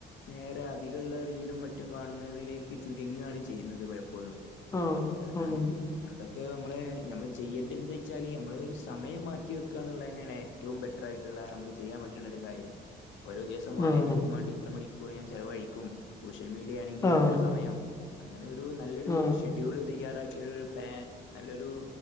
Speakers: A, on the left; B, on the left.
A: നേരെ അതിലുള്ള. റീലും മറ്റും കാണ്ന്നതിലേ ക്ക് ചുരുങ്ങിയാണ് ചെയ്യുന്നത് പലപ്പോഴും,
B: ആഹ്
A: കാരണം.
B: അതന്നെ
A: അതൊക്കെ നമ്മളെ നമ്മൾ ചെയ്യേണ്ടൃന്ത് വെച്ചാല് നമ്മളെരു സമയം മാറ്റി വെക്കാ എന്നുള്ളതെന്നെയാണ് ഏറ്റ റ്റവും ബെറ്റ്ർ ആയിട്ടുള്ള നമുക്ക് ചെയ്യാൻ പറ്റ്ണ ഒരു കാര്യം. ഓരോ ദിവസം വായനക്കും
B: ആഹ്
A: വേണ്ടി ഇത്ര മണിക്കൂർ ഞാൻ ചിലവഴിക്കും. സോഷ്യൽ മീഡിയാണെങ്കിൽ.
B: ആഹ്
A: മെയം അങ്ങനെരു നല്ലൊരു
B: ആഹ്
A: ഷെഡ്യൂള് തയ്യാറാക്കിയെരു പ്ളാൻ നല്ലൊരു.